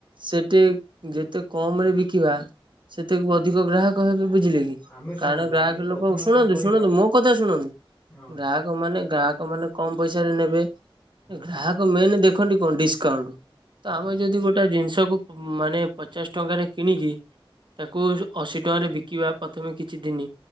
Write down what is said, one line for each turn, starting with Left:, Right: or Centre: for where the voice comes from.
Right: ସେଟି ଯେତେ କମ୍ ରେ ବିକିବା ସେତେକୁ ଅଧିକ ଗ୍ରାହକ ହେବେ। ବୁଝିଲେ କି?
Left: ଆମେ ଶୁଣନ୍ତୁ
Right: କାରଣ ଗ୍ରାହକ
Left: ଆମେ ପ୍ରଥମେ
Right: ଲୋକଙ୍କୁ ଶୁଣନ୍ତୁ
Left: କଣ କରିବା
Right: ଶୁଣନ୍ତୁ ମୋ କଥା ଶୁଣନ୍ତୁ।
Left: ହଁ
Right: ଗ୍ରାହକ ମାନେ ଗ୍ରାହକ ମାନେ କମ୍ ପଇସାରେ ନେବେ
Left: ହଁ
Right: ଗ୍ରାହକ ମେନ୍ ଦେଖନ୍ତି କଣ ଡିସ୍ କାଉଣ୍ଟ୍ ତ
Left: ହଁ
Right: ଆମେ ଯଦି ଗୋଟେ ଜିନିଷକୁ ମାନେ ପଚାଶ ଟଙ୍କାରେ କିଣି କି ତାକୁ ଉ ଯୋଉ ଅଶୀ ଟଙ୍କାରେ ବିକିବା ପ୍ରଥମେ କିଛି ଦିନ୍।